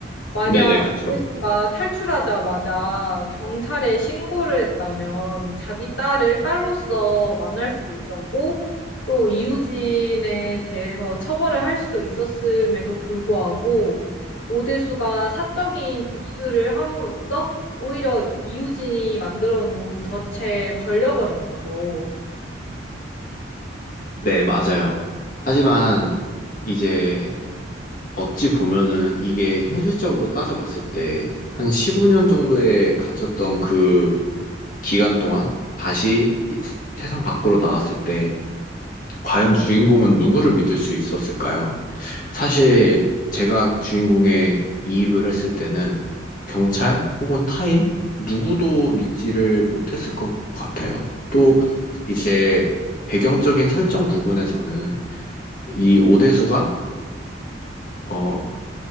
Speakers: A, on the left (about 75°); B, on the left (about 45°).
A: 만약
B: 네네, 그쵸.
A: 오해수가 탈출하자마자 경찰에 신고를 했다면 자기 딸을 딸로서 만날 수도 있었고 또 이우진에 대해서 처벌을 할 수도 있었음에도 불구하고 오대수가 사적인 복수를 함으로써 오히려 이우진이 만들어 놓은 덫에 걸려버린 거죠.
B: 네, 맞아요. 하지만 이제 어찌 보면은 이게 현실적으로 따져봤을 때 한 15년 정도에 갇혔던 그 기간 동안 다시 이 세상 밖으로 나왔을 때 과연 주인공은 누구를 믿을 수 있었을까요? 사실 제가 주인공에 이입을 했을 때는 경찰 혹은 타인 누구도 믿지를 못했을 것 같아요. 또 이제 배경적인 설정 부분에서는 이 오대수가 어,